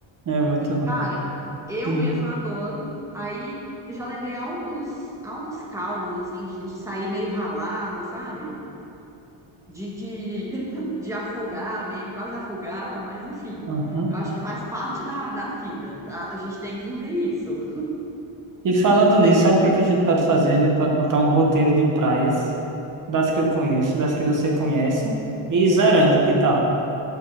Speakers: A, on the right; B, in the centre.
A: É muito bom.
B: Cara, eu
A: Hum,
B: mesma adoro. Aí já levei altos, altos caldos, assim, de, de sair meio ralada, sabe? De, de, <laughs> de afogar mesmo, quase afogar, mas enfim.
A: aham.
B: Eu acho que faz parte da, da vida, tá? A gente tem que viver isso.
A: E falando nisso, sabe o que é que a gente pode fazer? A gente pode montar um roteiro de praias, das que eu conheço, das que você conhece, e ir zerando, que tal?